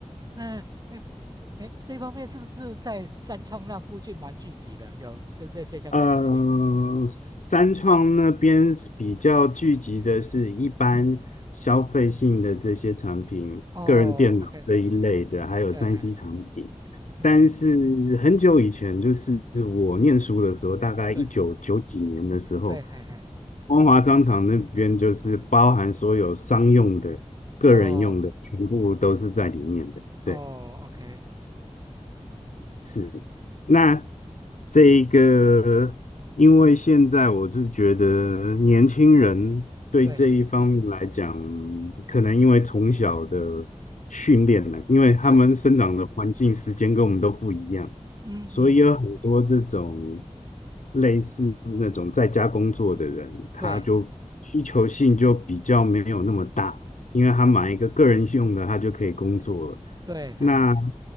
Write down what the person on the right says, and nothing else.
那哎这哎这方面是不是在三创那附近蛮聚集的？有这这些相关台能语？
哎
哦，OK，
哎，
对，
哎，
嗯嗯嗯，
对对，嘿嘿，
哦
哦，OK，
对
对，
嗯嗯嗯，
对
对，嘿嘿，